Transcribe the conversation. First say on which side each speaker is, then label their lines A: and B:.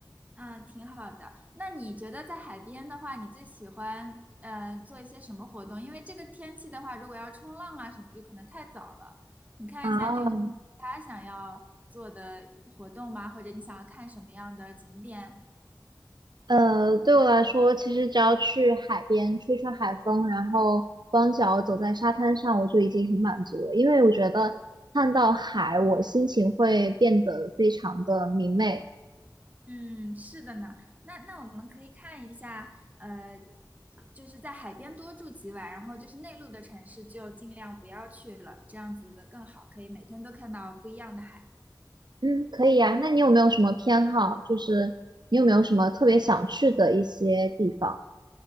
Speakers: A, on the right; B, on the right.
A: 嗯，挺好的。那你觉得在海边的话，你最喜欢嗯做一些什么活动？因为这个天气的话，如果要冲浪啊什么，就可能太早了。你看一下，
B: 啊。
A: 你有其他想要做的活动吗？或者你想要看什么样的景点？
B: 呃，对我来说，其实只要去海边吹吹海风，然后光脚走在沙滩上，我就已经很满足了。因为我觉得看到海，我心情会变得非常的明媚。
A: 嗯，是的呢。那那我们可以看一下，呃，就是在海边多住几晚，然后就是内陆的城市就尽量不要去了，这样子更好，可以每天都看到不一样的海。
B: 嗯，可以呀。那你有没有什么偏好？就是你有没有什么特别想去的一些地方？